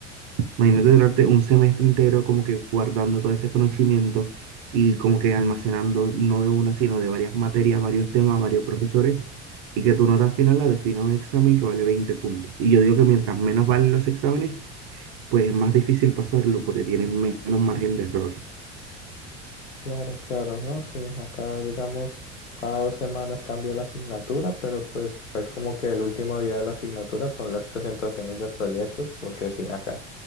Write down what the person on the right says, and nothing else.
imagínate durarte un semestre entero como que guardando todo ese conocimiento y como que almacenando no de una, sino de varias materias, varios temas, varios profesores, y que tu nota al final la defina un examen que vale 20 puntos. Y yo digo que mientras menos valen los exámenes, pues es más difícil pasarlo porque tienen menos margen de error.